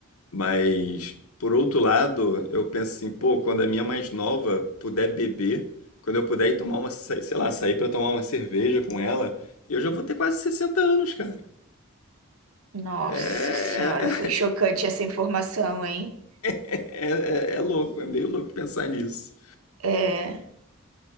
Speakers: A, on the left; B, on the right.
A: Mas, por outro lado, eu penso assim, pô, quando a minha mais nova puder beber, quando eu puder ir tomar uma, sa- sei lá, sair pra tomar uma cerveja com ela, eu já vou ter quase 60 anos, cara.
B: Nossa
A: É,
B: senhora,
A: é,
B: foi chocante essa informação, hein?
A: é, é é louco, é meio louco pensar nisso.
B: É,